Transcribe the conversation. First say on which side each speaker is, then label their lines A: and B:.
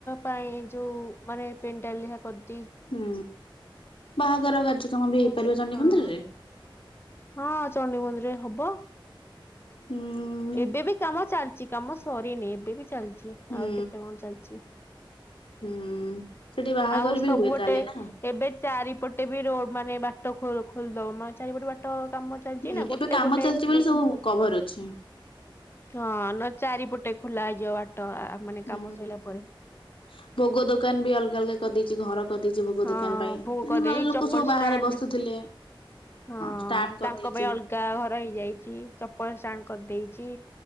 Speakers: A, on the left (about 25°); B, on the left (about 80°).
A: ପାଇଁ ଯୋଉ ମାନେ ପେଣ୍ଡାଲିଆ କରି
B: ହୁଁ ବାହାଘର କାର୍ଯ୍ୟକ୍ରମ ବି
A: ବଢିଆ
B: ହେଇପାରିବ ଚଣ୍ଡି
A: ହଁ
B: ମନ୍ଦିରରେ।
A: ହଁ ଚଣ୍ଡି ମନ୍ଦିର ରେ ହବ।
B: ହୁଁ
A: ଏବେ ବି କାମ ଚାଲିଛି। କାମ ସରିନି। ଏବେ ବି ଚାଲିଛି।
B: ହୁଁ
A: ଆଉ କେତେ କଣ ଚାଲିଛି?
B: ହୁଁ ସେଠି ବାହାଘର
A: ଆଉ
B: ବି
A: ସବୁ
B: ହୁଏ
A: ଗୋଟେ
B: ତାହେଲେ ନା
A: ଏବେ ଚାରିପଟେ ବି ରୋଡ ମାନେ ବାଟ ଖୋଲିଦବ ଚାରିପଟେ ବାଟ କାମ ଚାଲିଛି
B: ହୁଁ
A: ନା ଗୋଟେ
B: ଏବେ କାମ
A: ପଟେ
B: ଚାଲିଛି
A: ଏଣ୍ଟ୍ରି
B: ବୋଲି ସବୁ କଭର ଅଛି।
A: ହଁ ନ ଚାରିପଟେ ଖୋଲା ହେଇଯିବ ବାଟ ମାନେ କାମ
B: ହୁଁ ହ
A: ସରିଲା ପରେ।
B: ଭୋଗ ଦୋକାନ ବି ଅଲଗା ଅଲଗା କରିଦେଇଛି ଘର କରିଦେଇଛି ଭୋଗ
A: ହଁ
B: ଦୋକାନ ପାଇଁ
A: ଭୋଗ କରିଦେଇ
B: ଲୋକ
A: ଚପଲ
B: ସବୁ
A: ଷ୍ଟାଣ୍ଡ
B: ବାହାରେ ବସୁଥିଲେ।
A: ହଁ
B: ଷ୍ଟାଣ୍ଡ କରିଦେଇଛି
A: ତାଙ୍କ ପାଇଁ ଅଲଗା ଘର ହେଇଯାଇଛି ଚପଲ ଷ୍ଟାଣ୍ଡ କରିଦେଇଛି।